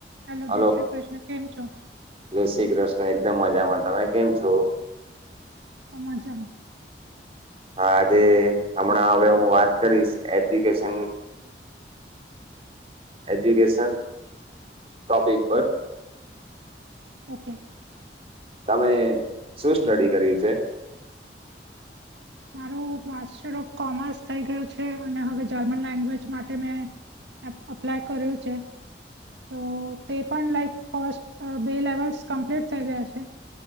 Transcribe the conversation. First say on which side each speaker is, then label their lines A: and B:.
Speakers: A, on the right; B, on the right.
A: Hello
B: hello
A: જય Shri Krishna કેમ છો.
B: જય શ્રી કૃષ્ણ એકદમ મજામાં તમે કેમ છો.
A: <inaudible>
B: હા આજે હમણાં હવે હું વાત કરીશ એજ્યુકેશન એજ્યુકેશન ટોપિક પર.
A: ઓકે.
B: તમે શું સ્ટડી કર્યું છે.
A: માર માસ્ટર ઓફ કોમર્સ થઈ ગયું છે અને હવે જર્મન લેંગ્વેજ માટે મેં અપ્લાય કર્યું છે. તો તે પણ લાઈક કોસ્ટ બે લેવલ્સ કમ્પ્લીટ થઈ ગયા છે.